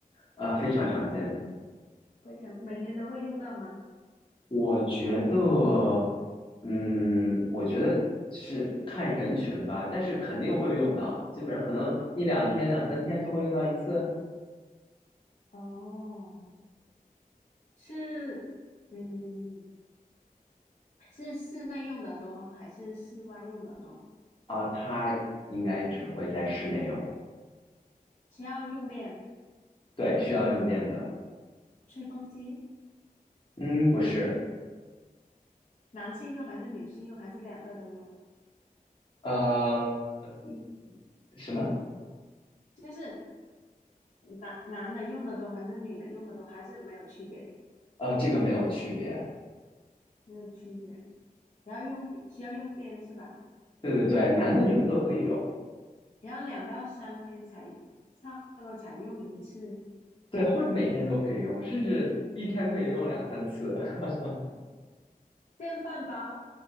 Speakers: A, on the left; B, on the left.
A: 呃，非常常见。
B: 非常，每天都会用到吗？
A: 我觉得，嗯，我觉得是看人群吧，但是肯定会用到，基本上可能一两天、两三天就会用到一次
B: 哦，是，嗯，是室内用的多还是室外用的多？
A: 啊。它应该只会在室内用。
B: 需要用电，
A: 对，需要用电的。
B: 吹风机，
A: 嗯，不是。
B: 男性用还是女性用，还是两个都用？
A: 呃，嗯什么？
B: 就是男男的用的多还是女的用的多，还是没有区别？
A: 呃，这个没有区别。
B: 没有区别。要用电需要用电是吧？
A: 对对对，男的女的都可以用，
B: 然后两到三天才差不多才用一次
A: 对，或者每天都可以用，甚至一天可以用两三次。<laughs>
B: 电饭煲。